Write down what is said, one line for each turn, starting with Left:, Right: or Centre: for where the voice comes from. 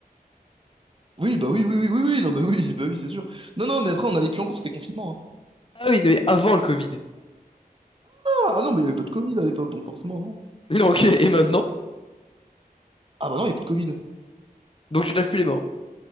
Right: Oui, bah oui, oui, oui, oui, oui, non, bah oui, bah oui, c'est sûr. Non, non, mais après, on allait plus en cours, c'était confinement. hein.
Left: Ah oui, mais avant le Covid. <laughs>
Right: Ah, ah non, mais il n'y avait pas de Covid à l'époque, donc forcément, non.
Left: Non, ok, et maintenant?
Right: Ah bah non, il n'y a plus de Covid.
Left: Donc tu te laves plus les mains.